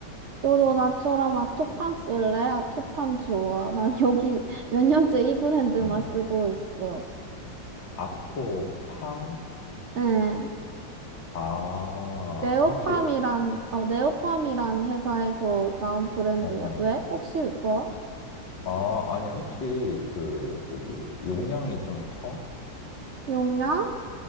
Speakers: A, on the right (about 70°); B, on the left (about 70°).
A: 너도 나처럼 아토팜 쓸래? 아토팜 좋아. 난 여기 몇 년째 이 브랜드만
B: 응.
A: 쓰고 있어.
B: 아토팡?
A: 응.
B: 아,
A: 네오팜이란,
B: 혹시,
A: 어, 네오팜이란 회사에서 나온 브랜드야.
B: 어, 어.
A: 왜? 혹시 뭐?
B: 아, 아니, 혹시, 그, 뭐지? 용량이 좀 커?
A: 용량?